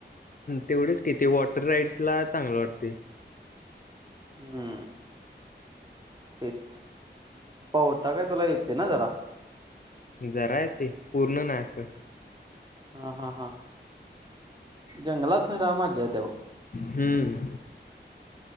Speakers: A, on the left; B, on the right.
A: तेवढेच कि ते वॉटर राईड्स ला चांगलं वाटते.
B: हम्म तेच पोहता काय तुला येतेय ना जरा?
A: जरा येतय पूर्ण नाय असं
B: हा हा हा जंगलात फिराय मज्जा येते बघ.
A: हम्म